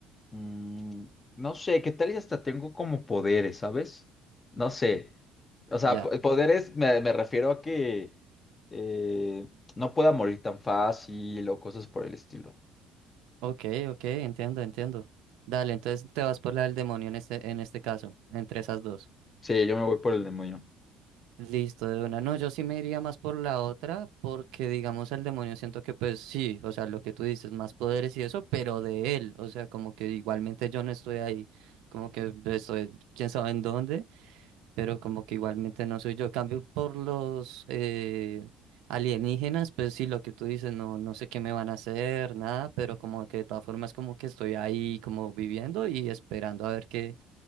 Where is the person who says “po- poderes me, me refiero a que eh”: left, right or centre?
Left